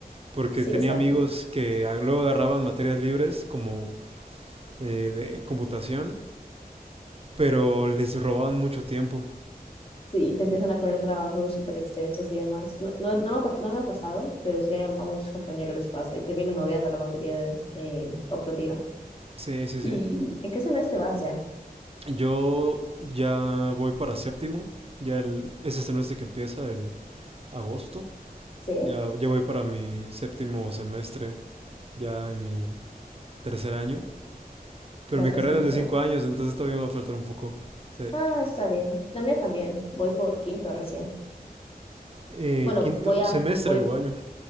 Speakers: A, on the right; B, on the left.
A: Porque
B: sí,
A: tenía
B: exacto.
A: amigos que a- luego agarraban materias libres como eh, de computación, pero les robaban mucho tiempo.
B: Sí, y te empiezan a poner trabajos súper extensos y demás. No, no, no me, ha pas- no me ha pasado, pero sí a, a muchos compañeros les pasa y te vienen odiando la materia eh, optativa.
A: Sí, sí,
B: ¿Y
A: sí.
B: en qué semestre vas ya?
A: Yo ya voy para séptimo, ya el, es este semestre que empieza en agosto,
B: Sí,
A: ya, ya voy para mi séptimo semestre, ya en mi tercer año, pero
B: vas
A: mi carrera
B: bastante.
A: es de cinco años, entonces todavía me va a faltar un poco. Se-
B: Ah, está bien. La mía también. Voy por quinto recién.
A: eh,
B: Bueno,
A: quinto
B: voy a,
A: semestre
B: voy
A: o año.